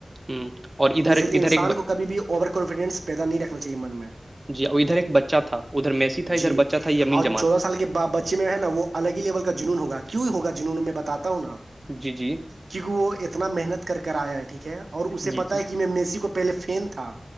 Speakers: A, on the right (about 35°); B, on the right (about 80°).
A: ہ اور ادھر
B: اسی
A: ادھر
B: لیے انسان
A: ایک
B: کو کبھی بھی اوور کانفڈینس پیدا نہیں رکھنا چاہی من میں
A: جی ادھر ایک بچہا تھا ادھر میسی تھا ادھر
B: جی
A: بچہ تھا یمین
B: اور
A: جمال
B: چودہ سال کے میں ہے نا وہ الگ ہی لیول کا جنون ہوگ کیوں ہوگا جنون میں باتا ہوں نا
A: جی جی
B: کیونکہ وہ اتنا محنت کر آیا ہے ٹھیک ہے اور اسے
A: جی
B: پتا
A: جی
B: ہے کہ میں میسی کو پہلے فین تھا